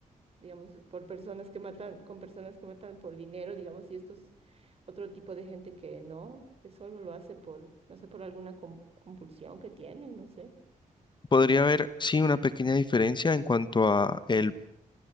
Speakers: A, on the right; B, on the left.
A: digamos, por personas que matan, con personas que matan por dinero, digamos, y estos otro tipo de gente que no, que solo lo hace por, no sé, por alguna com- compulsión que tienen, no sé.
B: Podría haber, sí, una pequeña diferencia en cuanto a el